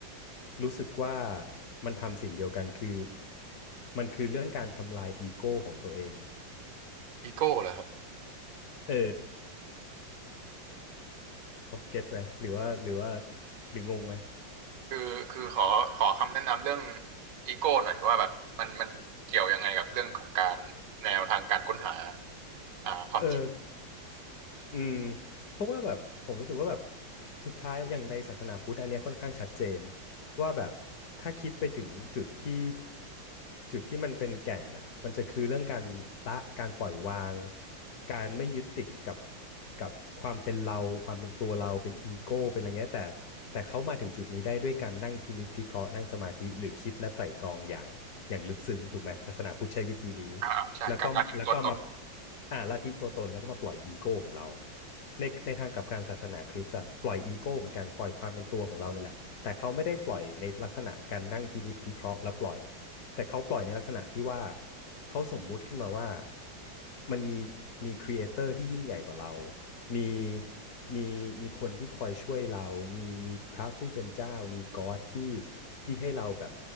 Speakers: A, on the left; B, on the right.
A: รู้สึกว่ามันทำสิ่งเดียวกันคือมันคือเรื่องการทำลายอีโก้ของตัวเอง
B: อีโก้เหรอครับ
A: เออเก็ตไหมหรือว่าหรือว่าหรืองงไหม
B: คือคือขอขอคำแนะนำเรื่องอีโก้หน่อยว่าแบบมันมันเกี่ยวยังไงกับเรื่องของการแนวทางการค้นหาอ่าความจริง
A: เออ อืมเพราะว่าแบบผมรู้สึกว่าแบบสุดท้ายอย่างในศาสนาพุทธอันเนี้ยค่อนข้างชัดเจนว่าแบบถ้าคิดไปถึงจุดที่จุดที่มันเป็นแก่นน่ะมันจะคือเรื่องการละการปล่อยวางการไม่ยึดติดกับกับความเป็นเราความเป็นตัวเราเป็นอีโก้เป็นอะไรเงี้ยแต่แต่เขามาถึงจุดนี้ได้ด้วยการนั่งพินิจพิเคราะห์นั่งสมาธิหรือคิดและไตร่ตรองอย่างอย่างลึกซึ้งถูกไหมศาสนาพุทธใช้วิธีนี้
B: อ่าใช่การลาทิ้งตัวตน
A: แล้วก็แล้วก็มาอ่าละทีงตัวตนแล้วก็มาปล่อยอีโก้ของเราในในทางกลับกันศาสนาคริสต์อะปล่อยอีโก้เหมือนกันปล่อยความเป็นตัวของเราเนี่ยแหละแต่เขาไม่ได้ปล่อยในลักษณะการนั่งพินิจพิเคราะห์แล้วปล่อยแต่เขาปล่อยในลักษณะที่ว่าเขาสมมุติขึ้นมาว่ามันมีมีครีเอเตอร์ที่ยิ่งใหญ่กว่าเรามีมีมีคนที่คอยช่วยเรา มีมีพระผู้เป็นเจ้ามีก็อดที่ที่ให้เราแบบ